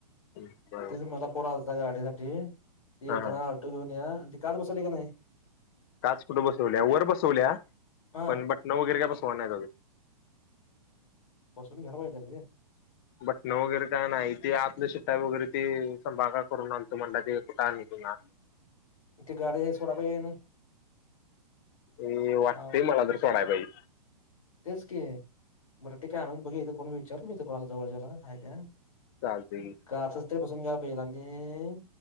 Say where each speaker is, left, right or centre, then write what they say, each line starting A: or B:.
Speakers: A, on the left (about 35°); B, on the left (about 60°).
A: <unintelligible>
B: तेच मला फोन आला होता गाडीसाठी येेताना
A: हा हा
B: ऑटो घेऊन या, आणि ती काच बसवली का नाही?
A: काच कुट बसवल्या, वर बसवल्या
B: हा
A: पण बटन वगैरे काय बसवाय नाहीत अजून.
B: बसवुन घ्यायला पाहिजे होतं रे.
A: बटणं वगैरे काय नाही ते आतलं शिटा वगैरे ते संभा का करून आणतो म्हंटलाय ते कुठं आणुन दिना
B: इथं गाडी सोडायला पाहिजे आणि.
A: ए वाटतेंय
B: अवघड
A: मला तर सोडाय पाहिजे.
B: तेच की बरं ठीक आहे आणून बघूया इथं कोणी विचारतो मी ते कोणाला जवळच्याला हाय काय.
A: चालतय की.
B: काचच ते बसून घ्या पहिला आणि